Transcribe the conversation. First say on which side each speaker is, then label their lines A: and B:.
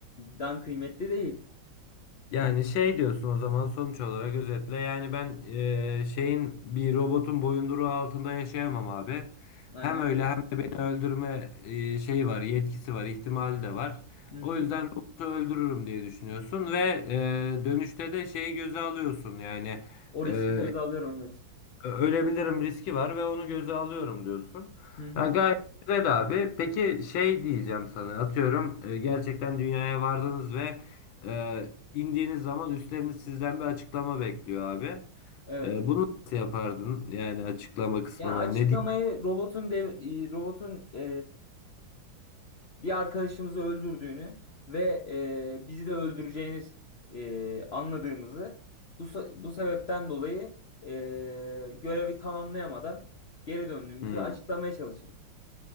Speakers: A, on the left; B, on the left.
A: dan kıymetli değil.
B: Yani şey diyorsun o zaman sonuç olarak özetle yani ben eee, şeyin bir robotun boyunduruğu altında yaşayamam abi.
A: Aynen
B: Hem öyle
A: öyle.
B: hem de beni öldürme eee, şeyi var, yetkisi var, ihtimali de var.
A: Hı hı.
B: O yüzden robotu öldürürüm diye düşünüyorsun ve eee, dönüşte de şeyi göze alıyorsun yani
A: O
B: eee,
A: riski göze alıyorum evet.
B: ee, ölebilirim riski var ve onu göze alıyorum diyorsun.
A: Hı hı.
B: Ha, gayet güzel abi. Peki şey diyeceğim sana atıyorum e, gerçekten dünyaya vardınız ve e, indiğiniz zaman üstleriniz sizden bir açıklama bekliyor abi.
A: Evet.
B: E, bunu nasıl yapardın? Yani açıklama kısmına
A: Yani açıklamayı
B: ne diyeyim?
A: robotun dev, e, robotun e, bir arkadaşımızı öldürdüğünü ve e, bizi de öldüreceğini e, anladığımızı bu se- bu sebepten dolayı e, görevi tamamlayamadan geri döndüğümüzü
B: Hmm.
A: açıklamaya çalışırım.